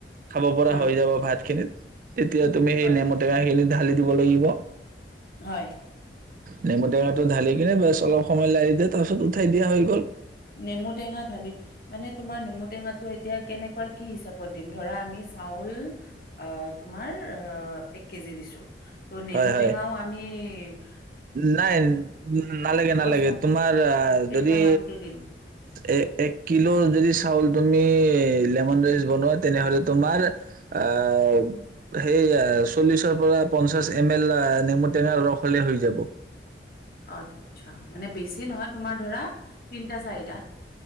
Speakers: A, on the right; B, on the left.
A: খাব পৰা
B: উম
A: হৈ যাব ভাত খিনিত তেতিয়া তুমি সেই
B: হয়
A: নেমুটেঙা খিনি ঢালি দিব লাগিব।
B: হয়।
A: নেমু টেঙাটো ঢালি কিনে বছ অলপ সময় লাৰি দে তাৰপছত উঠাই দিয়া হৈ গ'ল
B: নেমু টেঙা ঢালি মানে তোমাৰ নেমু টেঙাটো এতিয়া কেনেকুৱা কি হিচাপত দিম ধৰা আমি চাউল অহ তোমাৰ অহ এক কেজি দিছো ত' নেমু
A: হয় হয়
B: টেঙাও আমি। উৱা
A: নাই নালাগে নালাগে
B: চ'
A: তোমাৰ
B: কেইটামানকে
A: যদি।
B: দিম
A: এ এক কিলোৰ যদি চাউল তুমি লেমন ৰাইচ বনোৱা তেনেহলে তোমাৰ আহ সেই চল্লিশৰ পৰা পঞ্চাশ এম এল নেমু টেঙাৰ ৰস হলে হৈ যাব। অ।
B: আত্ছা মানে বেছি নহয় তোমাৰ ধৰা তিনটা চাৰিটা।